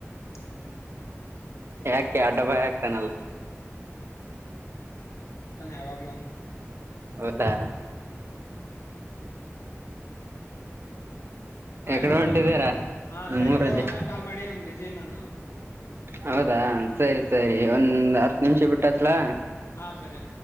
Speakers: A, on the left (about 70°); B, on the right (about 50°).
A: ಹ್ಮ
B: ಯಾಕೆ ಅಡ್ಡಬಾಯ ಆಾಕ್ತಾನಲ್ಲ
A: ಆವಾಗ್
B: ಹೌದಾ
A: ಆಯ್ಬ್ರೋ
B: ಎಕಡೆ ಹೊಂಟಿದ್ದೀರಾ
A: ಹ
B: ನಿಮ್ಮೂರಲ್ಲಿ
A: ಸರಿ ಬ್ರೋ ಆಮೇಲೆ ಕಾಲ್ ಮಾಡಿ ಒಂದ್ ಬಿಸಿಿ ನಾನು
B: ಹೌದು ಸರಿ ಸರಿ ಒಂದ ಹತ್ತು ನಿಮಿಷ ಬಿಟ್ಟತ್ಲ
A: ಹಾ ಸರಿ